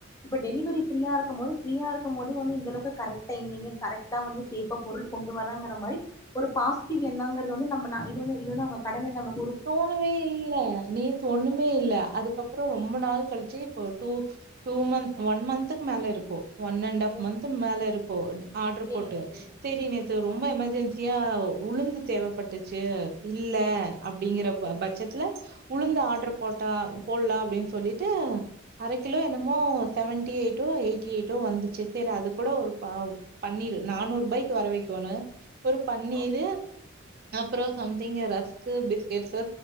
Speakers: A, on the left (about 15°); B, on the right (about 50°).
A: இப்ப டெலிவரி ஃப்ரீயா இருக்கும் போது பிரீயா இருக்க க்கும் போது வந்து இந்த அளவுக்கு கரெக்ட் டைமிங் கரெக்டா வந்து சேஃப்பா பொருள் கொண்டு வரங்கற மாரி ஒரு பாசிட்டிவு எண்ணோங்கறது வந்து நம்ம நா இது வந்து இது வந்து அவங்க கடமையில நம்ப
B: தோணவே இல்ல நேத்து ஒண்ணுமே இல்ல அதுக்கப்புறோ ரொம்ப நாள் கழிச்சு இப்ப டூ டூ மன்த் ஒன் மன்த்துக்கு மேல இருக்கு ஒன் அண்ட் ஹாப்
A: ஓ
B: மன்த் மேலருக்கு ஆர்டரு
A: செரிங்க
B: போட்டு
A: செரிங்க
B: செரி
A: செரிங்க
B: நேத்து ரொம்ப
A: சிஸ்
B: எமர்ஜென்சியா உளுந்து தேவப்பட்டுச்சு இல்ல
A: செரிங்க சிஸ்
B: அப்டிங்கற பல
A: செரிங்க
B: பட்சத்துல உளுந்து ஆர்டர் போட்டா போலா அப்டின்னு சொல்லிட்டு அரை கிலோ என்னமோ seventy eight o' to eighty eighty வந்துச்சு செரி அது கூட ஒரு ப பன்னீரு நானூறு ரூபாய்க்கு வர வெக்கியுவணு ஒரு பன்னீரு
A: ஓ
B: அப்புறோ சம்திங் ர க்கு பிஸ்கேட்ஸ்சு